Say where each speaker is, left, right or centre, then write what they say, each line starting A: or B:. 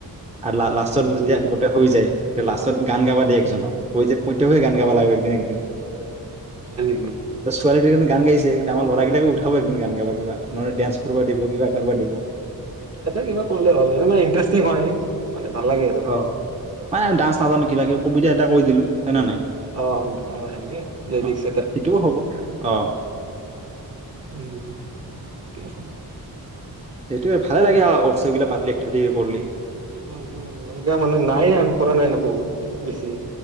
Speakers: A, on the right (about 15°); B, on the right (about 40°).
A: আৰু লাষ্টত
B: উম,
A: যেতিয়া গোটেই হৈ যায় লাষ্টত। গান গাবা দেই, একজনক
B: উম,
A: কৈ যে <unintelligible> গোটেই বোৰ হৈ গান গাব লাগিব। একদিন, একদিন
B: হয় নেকি?
A: ত ছোৱালী দুজনী গান গাইছে কিন্তু, আমাৰ ল'ৰাবিলাকো উঠাব। <unintelligible> গান গাব কিবা নহলে ডান্স। কৰিব দিব কিবা, কৰিব দিব।
B: এয়া কিবা কৰিলে হ'ল ইণ্ষ্টি হয়। <unintelligible> লাগে আৰু
A: অঁ, মানে আমি ডান্স নাজানো কিবা কিবি সুবিধা এটা কৈ দিলো। হয় না নাই
B: অঁ অঁ
A: অ সেইটোও হ'ব অ
B: উম কোৱাচোন?
A: সেইটো ভালে লাগে উসচব বিলাক পাতল একিট কৰিলি
B: উম উম উম।। একো কৰা মানে নাই, আমাৰ কৰা নাই নাই বহুত বেছি